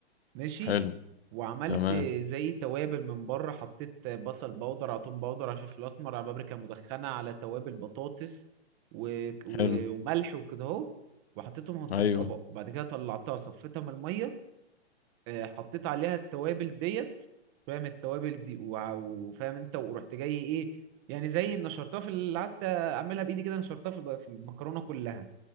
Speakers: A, on the right; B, on the left.
A: ماشي
B: حلو
A: وعملت
B: تمام
A: زي توابل من بره حطيت بصل بودر على توم بودر على فلفل اسمر على بابريكا مدخنة على توابل بطاطس و... و...
B: حلو
A: وملح وكده اهو وحطيتهم في
B: أيوه
A: الطبق وبعد كده طلعتها صفيتها من المية آه، حطيت عليها التوابل ديت فاهم التوابل دي وع- وفاهم انت ورحت جاي ايه يعني زي نشرتها في اللي قعدت اعملها بايدي كده نشرتها في الب- في المكرونة كلها